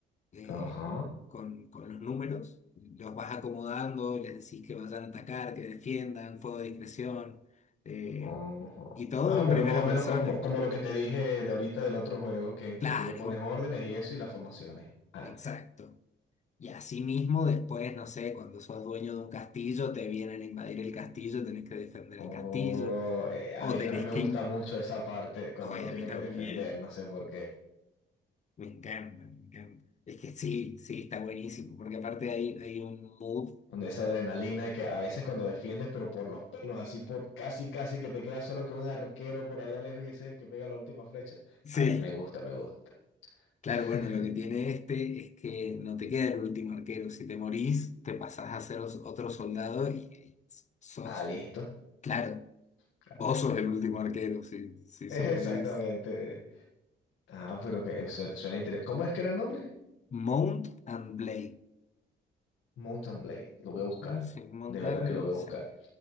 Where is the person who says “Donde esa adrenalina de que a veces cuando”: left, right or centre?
Left